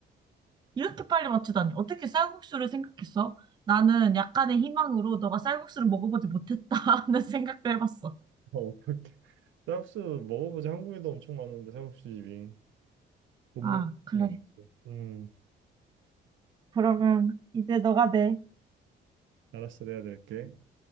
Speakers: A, on the right; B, on the right.
A: 이렇게 빨리 맞추다니. 어떻게 쌀국수를 생각했어? 나는 약간의 희망으로 너가 쌀국수를 먹어보지 못했다 <laughs> 하는 생각도 해봤어.
B: 아 어떡해. 쌀국수 먹어보지 한국에도 엄청 많은데 쌀국수 집이 못
A: 아,
B: 먹을
A: 그래.
B: 수는 없음
A: 그러면 이제 너가 내,
B: 알았어 내가 낼게.